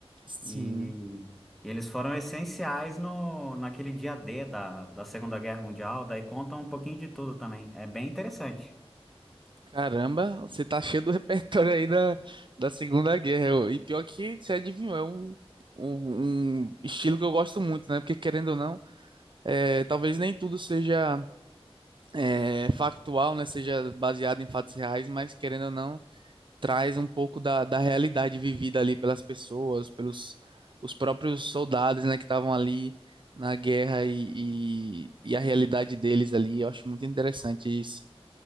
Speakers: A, on the right (about 50°); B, in the centre.
A: Sim.
B: E eles foram essenciais no, naquele dia D da, da Segunda Guerra Mundial, daí conta um pouquinho de tudo também. É bem interessante.
A: Caramba, você tá cheio do <laughs> repertório aí da, da Segunda Guerra. eu- E pior que você adivinhou, é um, um, um estilo que eu gosto muito, né? Porque querendo ou não, é, talvez nem tudo seja. é, factual, né, seja baseado em fatos reais, mas querendo ou não, traz um pouco da, da realidade vivida ali pelas pessoas, pelos os próprios soldados, né, que estavam ali na guerra e, e, e a realidade deles ali. Eu acho muito interessante isso.